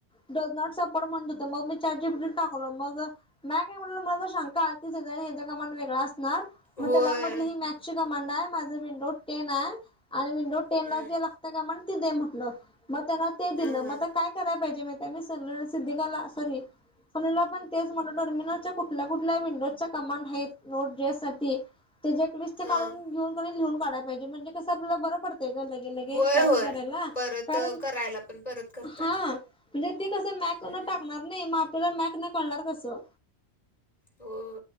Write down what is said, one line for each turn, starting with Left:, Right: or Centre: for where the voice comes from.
Centre: डझ नॉट सपर्ट म्हणत होतं. मग मी चॅट जी पी टी ला टाकलो. मग म्या काय म्हटलो, मला जर शंका आलती. याचा आणि हेचा कमांड वेगळा अस णार. म
Left: होय
Centre: त्याला म्हटलं, ही मॅकची कमांडाय. माझ विंडो टेनाय. आणि विंडो टेनला
Left: हं
Centre: जे लागत कमांड ती दे म्हटलं. मग त्यांन ते दिलं.
Left: हां हां
Centre: मग काय कराय पाहिजे? म त्या म सल सिद्धिकाला सॉरी म्हला पण तेच म्हटलं. टर्मिनलच्या कुठल्या- कुठल्या विंडोजच्या कमांड हायेत, नोट देयासाठी. त्याजी एक लिस्ट काढून
Left: हां
Centre: घेऊन, लिहून काढय पाहिजे. म्हणजे कसं, आपल्याला बरं पडतंय गं लई. ते लगे,
Left: होय
Centre: टाईप
Left: होय
Centre: करायला.
Left: परत
Centre: कारण,
Left: करायला पण परत करताना
Centre: हा. म्हणजे ते कसं मॅकन
Left: हं
Centre: टाकणार, नाही. मग आपल्याला मॅकनं, कळणार कसं?
Left: हो.